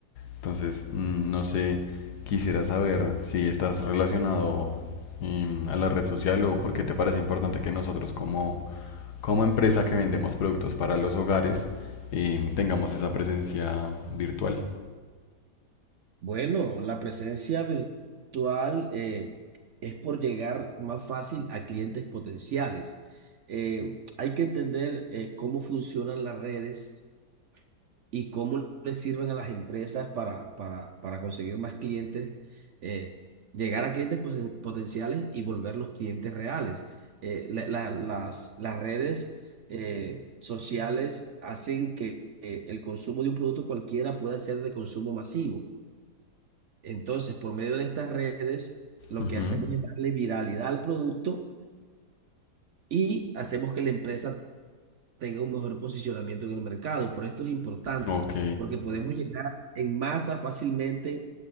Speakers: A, on the left; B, on the right.
A: Entonces, mm, no sé, quisiera saber si estás relacionado em, a la red social o por qué te parece importante que nosotros como, como empresa que vendemos productos para los hogares em, tengamos esa presencia virtual.
B: Bueno, la presencia virtual eh, es por llegar más fácil a clientes potenciales. Eh, hay que entender eh, cómo funcionan las redes y cómo les sirven a las empresas para, para, para conseguir más clientes, eh, llegar a clientes posen- potenciales y volverlos clientes reales. Eh, la- la- las, las redes eh, sociales hacen que eh, el consumo de un producto cualquiera pueda ser de consumo masivo. Entonces, por medio de estas redes, lo
A: Ujú,
B: que hacemos es darle viralidad al producto y hacemos que la empresa tenga un mejor posicionamiento en el mercado. Por esto es importante,
A: Ok,
B: porque podemos llegar en masa fácilmente